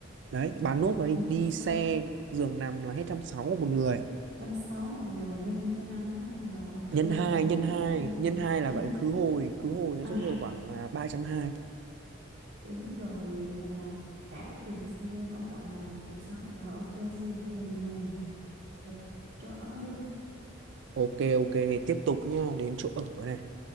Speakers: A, on the right (about 60°); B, on the right (about 80°).
A: đấy bà nốt vào đi
B: một
A: đi
B: trăm sáu
A: xe giường nằm là hết trăm sáu một người
B: một trăm sáu một người là nhân cho năm đúng không? Rồi ok
A: nhân 2
B: là tám
A: nhân hai
B: trăm
A: nhân
B: tiền.
A: hai là
B: À,
A: vậy
B: nhưng
A: khứ hồi khứ hồi nó
B: à,
A: sẽ rơi khoảng là 320
B: Đúng rồi, vậy là cả tiền xe tổng cộng là một triệu sáu rồi ok xe rồi mà rồi thích chỗ ở đi
A: ok ok tiếp tục nha đến chỗ ở này